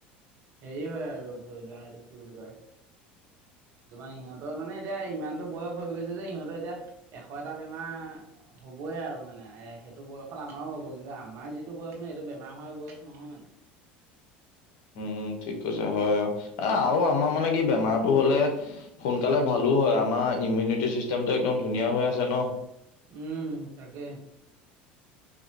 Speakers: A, on the right; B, on the left.
A: হেৰি হয় আৰু ধৰি লোৱা এইটোক কি বুলি কয় তোমাৰ সিহঁতৰ মানে এতিয়া ইমানতো বয়স হৈ গৈছে যে সিহঁতৰ এতিয়া এশ এটা বেমাৰ হ'বই আৰু মানে এ সেইটো বয়সত আমাৰো হ'ব কিন্তু আমাৰ যিটো বয়স নহয় এইটো বেমাৰ হোৱাৰ বয়স নহয় মানে
B: উম ঠিক কৈছা হয় আৱ এ আৰু আমাৰ মানে কি বেমাৰ হ'লে সোনকালে ভালো হয় আমাৰ ইমিউনিটি চিষ্টেমটো একদম ধুনীয়া হৈ আছে ন
A: উম তাকে